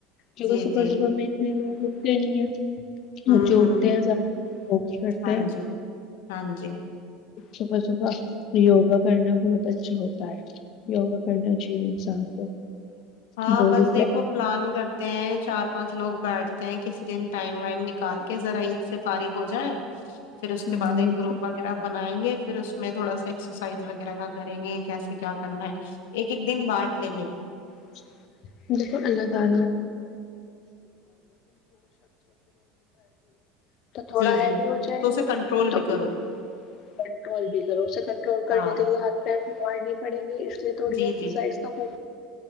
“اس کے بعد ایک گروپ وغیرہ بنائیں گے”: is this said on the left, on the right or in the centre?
Left